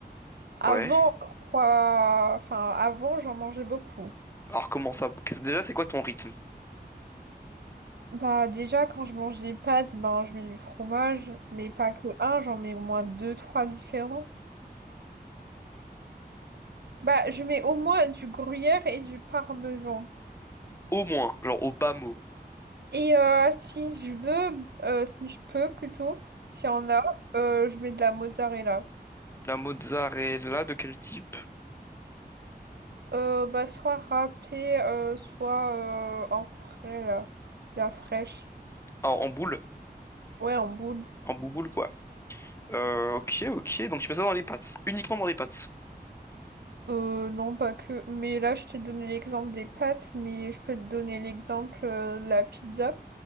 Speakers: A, on the right; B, on the left.
A: Avant,
B: Ouais.
A: quoi, enfin, avant, j'en mangeais beaucoup.
B: Alors, comment ça? Qu'est-ce- Déjà, c'est quoi ton rythme?
A: Bah, déjà, quand je mange des pâtes, ben, je mets du fromage, mais pas que un, j'en mets au moins deux, trois différents. Bah, je mets au moins du gruyère et du parmesan.
B: Au moins, genre au bas mot.
A: Et euh, si je veux, euh, si je peux plutôt, s'il y en a, euh, je mets de la mozzarella.
B: La mozzarella de quel type?
A: Euh, bah, soit râpée, euh, soit euh, en frais, là, la fraîche.
B: Ah, en boule.
A: Ouais, en boule.
B: En bouboule, quoi. Euh, ok, ok. Donc tu mets ça dans les pâtes. Uniquement dans les pâtes.
A: Euh, non, pas que. Mais là, je t'ai donné l'exemple des pâtes, mais je peux te donner l'exemple euh, de la pizza.